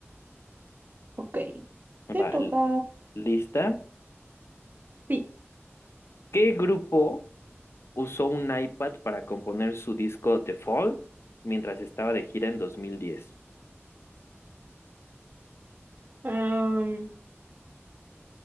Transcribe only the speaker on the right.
Ok, te
toca.
Sí.
am,